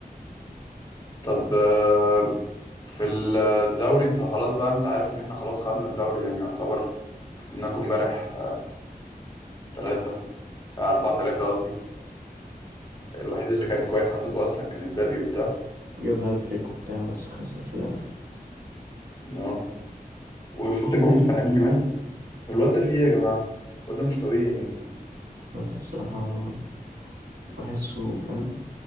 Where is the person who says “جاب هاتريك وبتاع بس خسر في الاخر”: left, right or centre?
Right